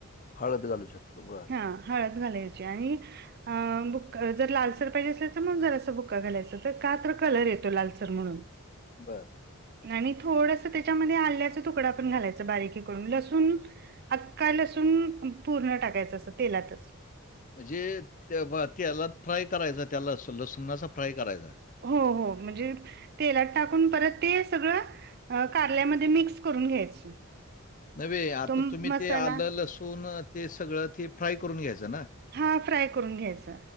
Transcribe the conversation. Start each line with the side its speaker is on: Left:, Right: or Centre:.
Left: हळद घालू शकतो. बरं.
Right: ह हळद घालायची आणि बुक्क जर लालसर पाहिजे असेल, तर मग जरासं बुक्का घालायचं. त का तर कलर येतो लाल सर म्हणून.
Left: बरं.
Right: आणि थोडस त्याच्यामध्ये आल्याचा तुकडा पण घालायचा. बारीकी हे करून. लसूण अक्का लसूण पूर्ण टाकायचा असं. तेलातच.
Left: म्हणजे त्या तेलात फ्राय करायचा. त्या ल लसुणाचा फ्राय करायचा.
Right: हो हो म्हणजे तेलात टाकून. परत ते सगळं कारल्यामध्ये मिक्स करून घ्यायचं.
Left: नव्हे आता
Right: तो
Left: तुम्ही
Right: मसाला
Left: ते आलं लसून ते सगळं ते फ्राय करून घ्यायचं ना?
Right: हा फ्राय करून घ्यायच.